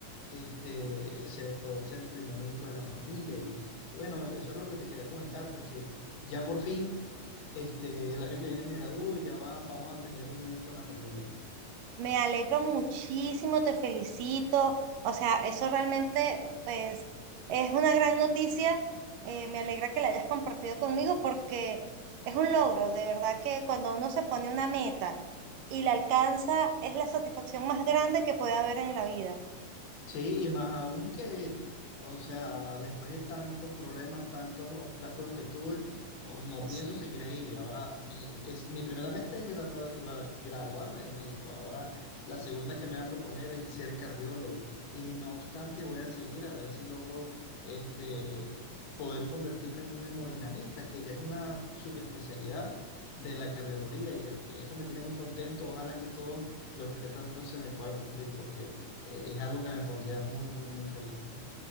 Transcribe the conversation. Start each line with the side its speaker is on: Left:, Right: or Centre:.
Left: este, ser- poder ser el primer médico de la familia. Y, y bueno, eso es lo que te quería comentar, pues que ya por fin este, el año que viene me gradúo y ya va- vamos a tener un médico en la familia.
Right: Me alegro muchísimo, te felicito. O sea, eso realmente, pues, es una gran noticia. Eh, me alegra que la hayas compartido conmigo porque es un logro, de verdad que cuando uno se pone una meta y la alcanza, es la satisfacción más grande que puede haber en la vida.
Left: Sí, y más aún que, o sea, después de tantos problemas, tantos obstáculos que tuve, o- no
Right: Pues,
Left: pienso
Right: sí.
Left: seguir ahí. Ahora, mi, es, mi primera meta es granua- gua- graduarme de médico. Ahora, la segunda que me voy a proponer es ser cardiólogo. Y no obstante, voy a seguir a ver si logro este, poder convertirme en un hemodinamista, que ya es una subespecialidad de la cardiología. Y eso me tiene muy contento. Ojalá que todo lo que esté planeando se me pueda cumplir, porque... Eh, es algo que me pondría muy, muy, muy feliz.